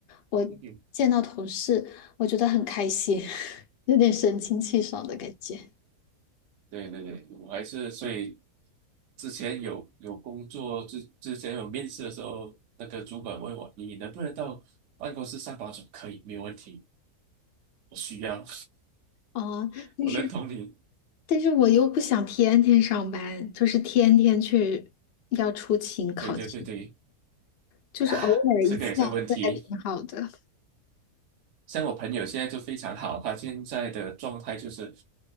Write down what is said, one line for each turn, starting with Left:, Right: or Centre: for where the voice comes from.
Left: 我见到同事，
Right: 嗯，
Left: 我觉得很开心，<laughs> 有点神清气爽的感觉。
Right: 对对对，我还是所以之前有有工作之之前有面试的时候，那个主管问我你能不能到办公室上班？我说可以，没有问题，我需要，
Left: 哦，
Right: <laughs>
Left: 但是
Right: 我认同你。
Left: 但是我又不想天天上班，就是天天去要出勤考勤。
Right: 对对对对。
Left: 就是偶尔一次两次还挺好的。
Right: 啊，这个也是问题。像我朋友现在就非常好，他现在的状态就是